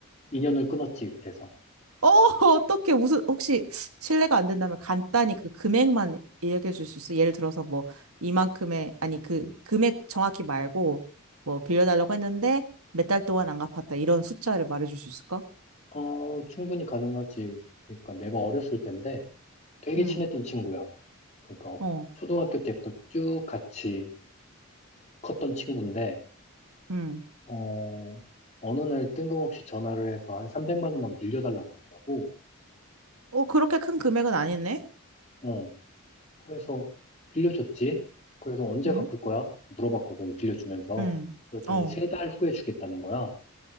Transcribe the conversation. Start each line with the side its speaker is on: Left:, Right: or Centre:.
Left: 인연을 끊었지. 그래서.
Right: <laughs> 어떻게 무슨 혹시 실례가 안 된다면 간단히 그 금액만 이야기해 줄 수 있어? 예를 들어서 뭐 이만큼의 아니 그 금액 정확히 말고 뭐 빌려달라고 했는데 몇 달 동안 안 갚았다 이런 숫자를 말해 줄 수 있을까?
Left: 어, 충분히 가능하지. 그러니까 내가 어렸을 때인데 되게
Right: 응.
Left: 친했던 친구야. 그러니까
Right: 어.
Left: 초등학교 때부터 쭉 같이 컸던 친구인데,
Right: 응.
Left: 어, 어느 날 뜬금없이 전화를 해서 한 300만 원만 빌려달라 그러더라고.
Right: 어, 그렇게 큰 금액은 아니네.
Left: 어, 그래서 빌려줬지. 그래서 언제
Right: 응?
Left: 갚을 거야? 물어봤거든, 빌려주면서.
Right: 응.
Left: 그랬더니
Right: 어.
Left: 세 달 후에 주겠다는 거야.